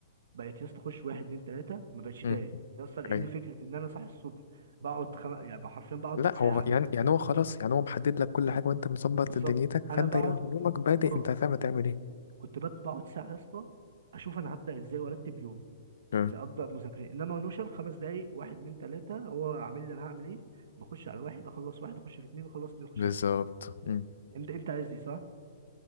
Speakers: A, on the right; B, on the left.
A: بقيت يا اسطى اخش واحد اتنين تلاته ما بقتش تاني
B: امم
A: يا اسطى لان
B: ايوه
A: فكره ان انا صاحي الصبح بقعد خم... يعني بقى حرفيا بقعد
B: لا
A: ساعه
B: هو يعني يعني هو خلاص يعني هو محدد لك كل حاجه وانت مظبط
A: بالظبط
B: دنيتك فانت
A: انا بقعد كنت
B: يومك بادئ
A: اه
B: انت فاهم هتعمل ايه
A: كنت بقعد بقعد ساعه يا اسطى اشوف انا هبدا ازاي وارتب يومي
B: آه،
A: اللي ابدا مذاكرة انما نوشن خمس دقائق واحد اتنين تلاته هو عامل لي انا هعمل ايه بخش على واحد اخلص واحد اخش في اتنين اخلص اتنين اخش
B: بالظبط
A: في تلاته
B: مم.
A: انت انت عايز دي صح؟